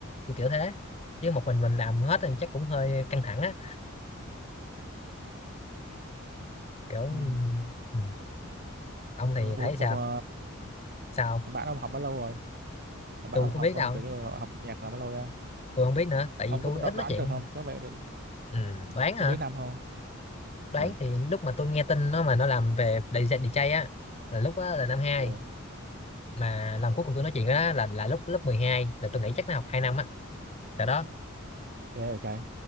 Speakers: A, on the left; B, on the right.
A: kiểu kiểu thế chứ một mình mình làm hết thì chắc cũng hơi căng thẳng á kiểu
B: ừ.
A: ừ. ông thì thấy
B: ủa, ủa
A: sao
B: mà
A: sao
B: thằng bạn ông học bao lâu rồi thằng bạn
A: tôi
B: ông
A: có
B: học
A: biết
B: ờ,
A: đâu
B: kiểu như là học nhạc là bao lâu ra
A: tôi không biết nữa tại
B: ông
A: vì tôi
B: có biết đoán
A: ít nói
B: đoán
A: chuyện
B: được không có vậy
A: ừ. đoán hả
B: có mấy năm không
A: đoán
B: ừ
A: thì lúc mà tôi nghe tin nó mà nó làm về đi gi đi DJ á là lúc đó là năm hai
B: ừ
A: mà lần cuối cùng tôi nói chuyện đó là là lúc lớp 12, là tôi nghĩ chắc nó học hai năm á tại đó
B: ghê vậy trời